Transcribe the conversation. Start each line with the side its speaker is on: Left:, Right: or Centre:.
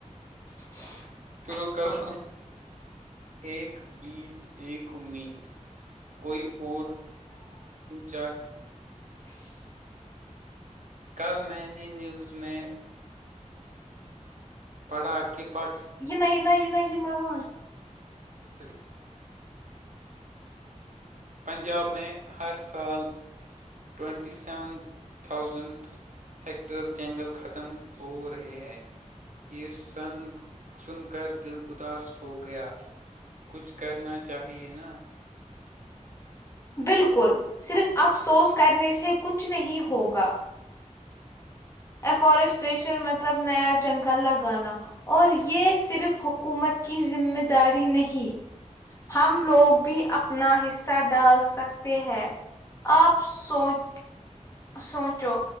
Left: <inaudible>
Right: شرو کرو ایک بیج ایک امید کوئی اور چاہے
Left: <inaudible>
Right: کل میں نے نیوز میں پڑھا کہ پک
Left: یہ نہ یہ نہ یہ نہ یہ ما ون
Right: چلیے پنجاب میں ہر سال ٹونٹی سیون تھاؤزینڈ ہیٹر جنگل ختم ہو رہے ہیں یہ سن سن کر دل اداس ہو گیا کچھ کرنا چاہیے نا
Left: بالکل صرف افسوس کرنے سے کچھ نہیں ہوگا افورسٹشن مطلب نیا جنگل لگانا اور یہ صرف حکومت کی ذمہ داری نہیں ہم لوگ بھی اپنا حصہ ڈال سکتے ہیں آپ سوچ سوچو